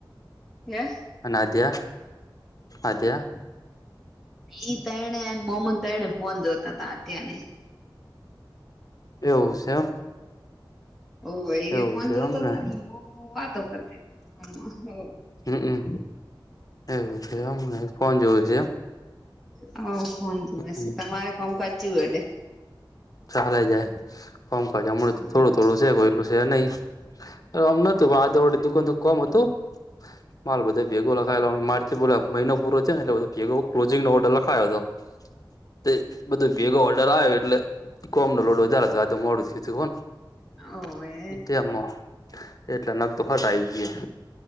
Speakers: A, in the centre; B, on the left (about 45°).
A: હે.
B: અને આધ્યા આધ્યા.
A: ઈ ત એણે મોમન ત એણે ફોન જોતા હતાા અત્યાર.
B: એવું છે એમ.
A: ઓ એ જે
B: એવું
A: ફોન
B: છે
A: જોતો
B: એમને
A: હતો ને બહ વાતો કરતી હતી ફોનમાં.
B: હમ્મ એવું છે એમ ફોન જોયું છે એમ.
A: કોું <unintelligible>
B: એમ
A: તમારે કોમ કરચ હોય એટે.
B: ચાલે જાય. કોમકાજ છે હમણાં
A: હા.
B: થોડું થોડું છે કોઈ એટલું છે નહીમ નતું આ દુકાન કોમ હતું? માલ બધે ભેગું લખાયેલા માર થી બોલો મહિનો પૂરો થ્યો ને એટલે બધો કેગો ક્લોઝિં નો ઓર્ડર લખાયો તો. તે, બધું ભેગો હોલ્ડર આયો એટલે કોમ નો લોડ વધારે હતો આજે થયુંતું હોન?
A: ઓવે
B: તેમો એટલે નગ તો હટ આઈ ગ્યા.